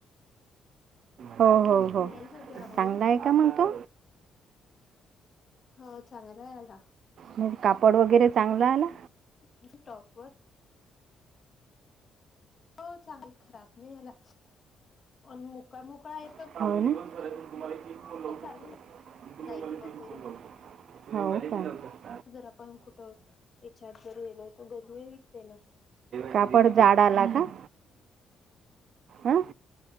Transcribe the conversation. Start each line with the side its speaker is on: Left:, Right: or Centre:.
Right: हो हो हो
Left: नाहीच होती आंघोळीला
Right: चांगलं आहे
Left: तो आता
Right: का मुलगा?
Left: हो चांगला आला
Right: म्हणजे कापड वगैरे चांगलं आहे ना
Left: म्हे टॉप वर हो चांगली खराब नाही हला मोकळ मोकळा य
Right: तु्हालाव तुम्हीन
Left: चालून
Right: लाव
Left: नाईट
Right: हो
Left: वगैरे
Right: स
Left: जर आपण कुठं याच्यात जर गलोय तर गर्मी विकते ना
Right: कापड जाडा ला का ह